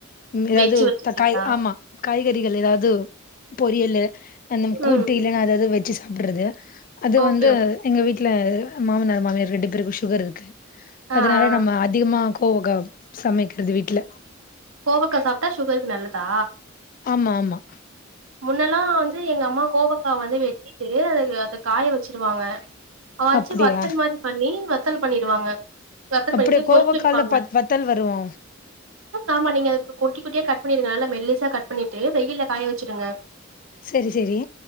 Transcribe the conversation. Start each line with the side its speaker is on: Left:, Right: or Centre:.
Left: ம் எதாவ்து
Right: வெஜ் வச்சிருக்கீங்களா
Left: த காய் ஆமா காய்கறிகள் எதாவ்து பொரியலு அந்த கூட்டு
Right: ம்
Left: இல்லன்னா எதாவ்து வெஜ்ஜு சாப்புறது அது
Right: ஓகே
Left: வந்து
Right: ஓகே
Left: எங்க வீட்ல மாமனார் மாமியார் ரெண்டு பேருக்கு சுகர் இருக்கு.
Right: ஆ
Left: அதனால
Right: ஆ
Left: நம்ம அதிகமா கோவக்கா சமைக்கறது வீட்ல
Right: கோவக்கா சாப்ட்டா சுகருக்கு நல்லதா?
Left: ஆமா ஆமா
Right: முன்னல்லா வந்து எங்க அம்மா கோவக் கா வந்து வெட்டிட்டு அத எ க காய வச்சிருவாங்க அவவச்சு
Left: அப்டியா
Right: வத்தல் மாரி பண்ணி வத் த்தல் பண்ணிடுவாங்க வத்தல்
Left: அப்டியா
Right: பண்ணிட்டு
Left: கோவக்கால
Right: பொறிச்செடுப்பாங்க
Left: ப வத்தல் வருவோ
Right: ஆமா நீங்க அத கு குட்டி குட்டியா கட் பண்ணிருங்க நல்லா மெல்லிசா கட் பண்ணிட்டு வெயில்ல காய வச்சிடுங்க.
Left: சரி சரி